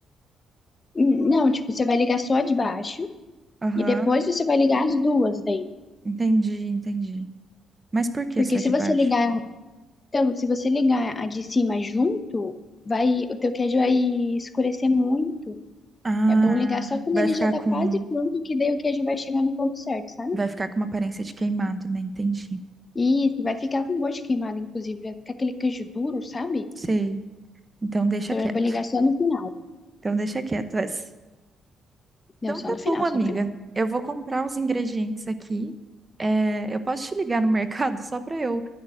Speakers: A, on the left; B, on the right.
A: Não, tipo, você vai ligar só a de baixo
B: Aham,
A: e depois você vai ligar as duas daí.
B: entendi, entendi. Mas por que
A: Porque
B: só
A: se
B: de
A: você
B: baixo?
A: ligar, então, se você ligar a de cima junto, vai, o teu queijo vai escurecer muito
B: Ah,
A: É bom ligar só quando
B: vai
A: ele
B: ficar
A: já tá
B: com
A: quase pronto, que daí o queijo vai chegar no ponto certo, sabe?
B: Vai ficar com uma aparência de queimado, né? Entendi.
A: E isso, vai ficar com gosto de queimado, inclusive. Vai ficar aquele queijo duro, sabe?
B: Sei. Então deixa
A: Então
B: quieto.
A: é bom ligar só no final.
B: Então deixa quieto essa. Então
A: Não, só
B: tá
A: no
B: bom,
A: final,
B: amiga.
A: só no final.
B: Eu vou comprar os ingredientes aqui. É, eu posso te ligar no <laughs> mercado só para eu